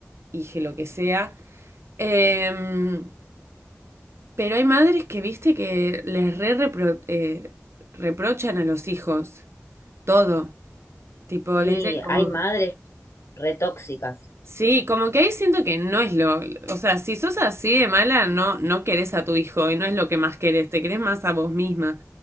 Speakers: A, on the right (about 60°); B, on the left (about 70°).
A: hije, lo que sea. Em, pero hay madres que, viste, que les re repro- eh, reprochan a los hijos todo. Tipo,
B: Y
A: le dicen como...
B: hay madres retóxicas.
A: Sí, como que ahí siento que no es lo... O sea, si sos así de mala, no, no querés a tu hijo y no es lo que más querés, te querés más a vos misma.